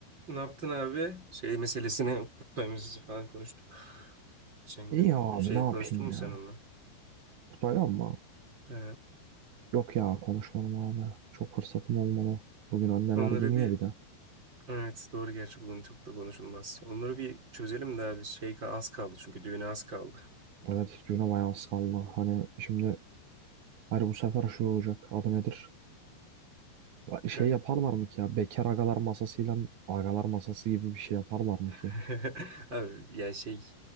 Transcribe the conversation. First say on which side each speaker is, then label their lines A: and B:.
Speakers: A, on the right; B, on the right.
A: Ne yaptın abi? Şey meselesini, hukuk meselesi falan konuştuk. Geçen
B: İyi
A: gün
B: abi
A: şey
B: ne yapayım
A: konuştun mu
B: ya.
A: sen onunla?
B: Kutay ama
A: He.
B: yok ya konuşmadım abi. Çok fırsatım olmalı. Bugün anneler
A: Onları
B: günü
A: bir,
B: ya bir de.
A: evet doğru gerçi bugün çok da konuşulmaz. Onları bir çözelim de abi şey ka- az kaldı çünkü düğüne az kaldı.
B: Evet düğüne bayağı az kaldı. Hani şimdi hani bu sefer şu olacak. Adı nedir? Şey
A: Evet.
B: yaparlar mı ki ya? Bekar agalar masasıyla agalar masası gibi bir şey yaparlar mı
A: <laughs>
B: ki?
A: Abi ya şey